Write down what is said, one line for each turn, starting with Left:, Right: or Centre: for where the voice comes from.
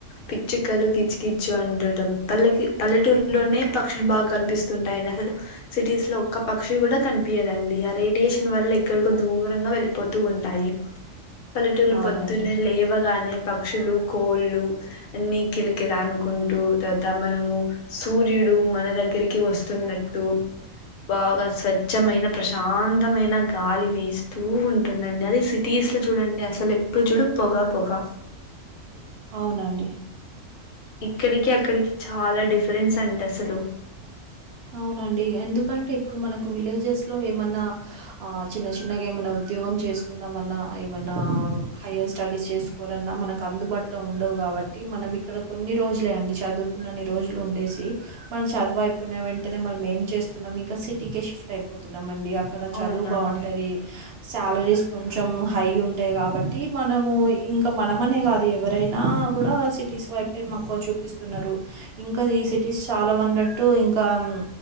Left: పిచ్చుకలు కిచ్ కిచ్చు అంటడం పల్లకి పల్లెటూరులోనే
Right: ఉమ్.
Left: పక్షులు బాగా కనిపిస్తుంటాయండి అసలు సిటీస్ లో ఒక్క పక్షి కూడా కన్ పీయదండి. ఆ రేడియేషన్ వల్ల ఎక్కడికో దూరంగా వెళ్ళిపోతూ ఉంటాయి. పల్లెటూర్లో
Right: అవునండి
Left: పొద్దునే లేవగానే ప క్షులు, కోళ్ళు అన్ని కిలకిలా అనుకుంటూ, తర్వాత మనము సూర్యుడు మన దగ్గరికి వస్తున్నట్టు బాగా స్వ స్వచ్ఛమైన ప్రశాంతమైన గాలి వీస్తూ ఉంటుందండి. అది సిటీస్లో చూడండి అసల్ ఎప్ పు చూడు పోగా పోగా
Right: అవునండి.
Left: ఇక్కడికి అక్కడికి చాలా డిఫరెన్స్ అంద్ అసలు
Right: అవునండి ఎందుకంటే ఇప్పుడు మనకు విల్లెజస్లో ఏమన్నా ఆ చిన్న చిన్నగా ఏమన్నా ఉద్ ఉద్యోగం చేసుకుందామన్నా, ఏమన్నా హైయర్ స్టడీస్ చేసుకోవాలన్నా, మనకు అందుబాటులో ఉండవవుగా. కావట్టి మనం ఇక్కడ కొన్ని రోజులే అండి. చదువుకున్నన్ని రోజులు ఉండేసి, మనం చదువైప్ కున్న వెంటనే మనం ఏం చేస్తున్నం, ఇంకా సిటీకే షిఫ్ట్ అయిపోతున్నాం మండ్ ఈ అక్కడ
Left: అవునా
Right: చదువు బావుంటది.
Left: అండి
Right: సాలరీస్ కొంచెం హై ఉంటాయ్ కాబట్టి మనము, ఇంకా మనమనే కాదు ఎవరైనా నాగూడా సిటీస్ వైపే మక్కువ చూపిస్తున్నారు. ఇంకా సిటీస్ చాలావ్ అన్నట్టు ఇంక్ కామ్